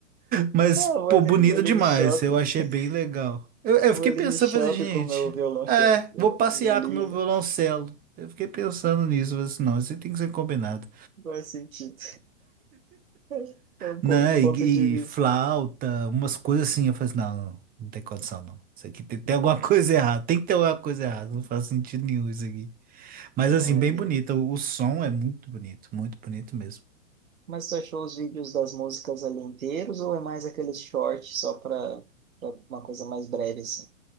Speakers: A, on the right (about 20°); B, on the right (about 85°).
A: Mas,
B: Ah, vou
A: pô,
B: ali,
A: bonita
B: vou ali
A: demais.
B: no shopping.
A: Eu achei
B: <laughs>
A: bem legal. Eu, eu
B: Vou
A: fiquei
B: ali
A: pensando,
B: no shopping
A: falei assim, gente,
B: com o meu violão,
A: é,
B: cha- viol-
A: vou passear
B: violino.
A: com meu violoncelo. Eu fiquei pensando nisso, falei assim, não, isso tem que ser combinado.
B: Não faz sentido. <laughs> É um,
A: Né?
B: po- um ponto
A: E,
B: de vista.
A: e flauta, umas coisas assim. Eu falei assim, não, não, não tem condição, não. Isso aqui tem, tem
B: Não,
A: alguma <laughs> coisa errada, tem que ter alguma coisa errada, não faz sentido nenhum isso aqui. Mas
B: não,
A: assim, bem
B: e-
A: bonita, o, o som é muito bonito, muito bonito mesmo.
B: Mas tu achou os vídeos das músicas ali inteiros ou é mais aqueles shorts só para uma coisa mais breve, assim?